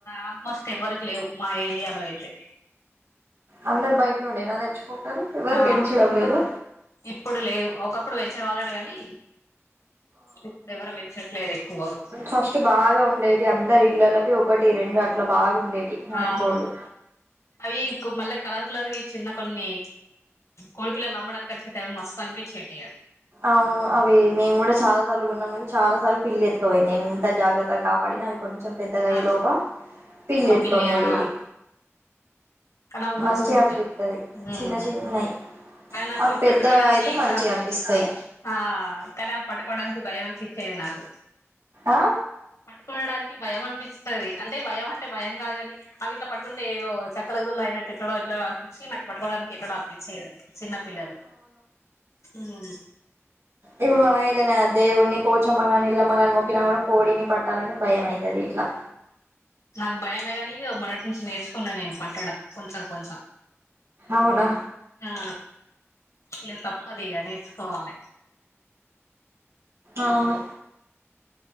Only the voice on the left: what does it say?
ఆల్మోస్ట్ ఎవ్వరికి లేవు మా ఏరియాలో అయితే
ఆ
ఇప్పుడు లేదు ఒకప్పుడు పెచ్ వాళ్ళట కాని ఇప్పుడు ఎవరు పెంచట్లేదు ఎక్కువగా
అవును అవి మళ్ళా కలర్ కలర్ చిన్న కొన్ని కోడి పిల్లలు అమ్మడానికి వచ్చేట అవి మస్తు అనిపించేటియ
ఆ
ఆ
ఆ కానీ అవి
మంచిగా ఉంటాయి
ఉమ్
కానీ నాకు
అవి
పట్టుకోవడానికి
ఇట్లా
ఆ కానీ అవి పట్టుకోవడానికి భయం అనిపించేది నాకు
పట్టుకోనడానికి భయం అనిపి స్తది అంటే భయం అంటే భయం కాదుగాని అవి ఇట్లా పడుకుంటే ఏదో చ కలగుల్ల అయినట్లా ఇట్ల నో ఎట్ల నో ప్పించి నాకు పట్టుకోవడానికి ఎట్ల నో అనిపించేది చిన్న పిల్లలు నో నో
నాకు భయమే కానీ మొన్నటి నుంచి నేర్చుకున్నా నేను పట్టడం కొంచెం కొంచెం
ఆ ఇ తప్పు పదిగా నేర్చుకోవాలి